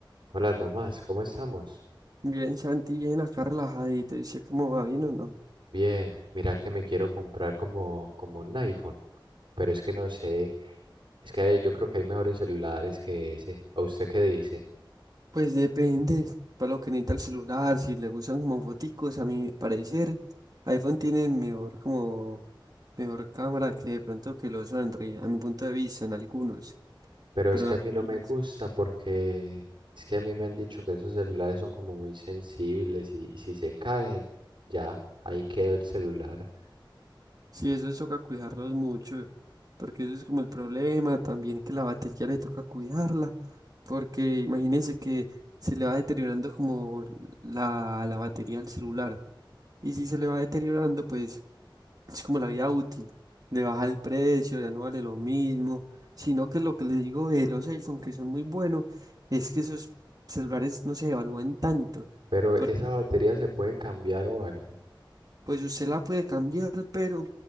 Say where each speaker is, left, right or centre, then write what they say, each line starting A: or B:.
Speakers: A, on the right; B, on the right.
A: Hola Tomás, ¿cómo estamos?
B: Bien, Santi, bien acá relajadito. Dice cómo va bien o no.
A: Bien, mira que me quiero comprar como, como un iPhone, pero es que no sé, es que hay- yo creo que hay mejores celulares que ese. ¿A usted qué dice?
B: Pues depende. Para lo que necesita el celular, si le gustan como foticos, a mi parecer, iPhone tiene mejor como mejor cámara que de pronto que los Android, a mi punto de vista, en algunos.
A: Pero
B: Pero
A: es que
B: en
A: a
B: la
A: mí no
B: mayoría.
A: me gusta
B: es-
A: porque es que a mí me han dicho que esos celulares son como muy sensibles y, y si se caen, ya, ahí quedó el celular.
B: Sí, eso toca cuidarlos mucho. Porque eso es como el problema también que la batería le toca cuidarla. Porque imagínense que se le va deteriorando como la, la batería al celular. Y si se le va deteriorando, pues es como la vida útil, de bajar el precio, ya no vale lo mismo, sino que lo que les digo de los iPhone, que son muy buenos, es que esos celulares no se evalúan tanto.
A: Pero esa
B: Por
A: batería se puede cambiar o algo,
B: pues usted la puede cambiar, pero